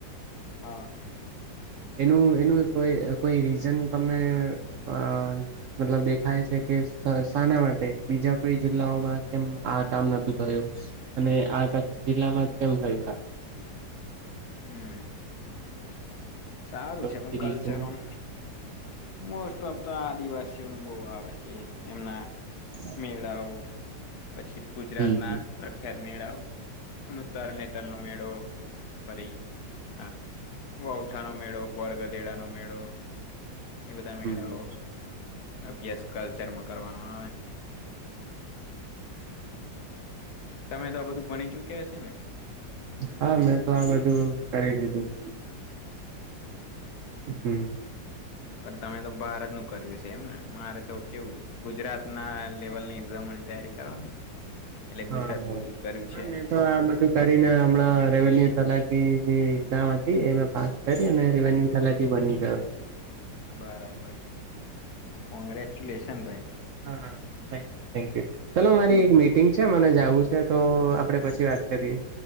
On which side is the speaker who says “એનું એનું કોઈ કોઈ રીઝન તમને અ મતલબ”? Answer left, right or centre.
Right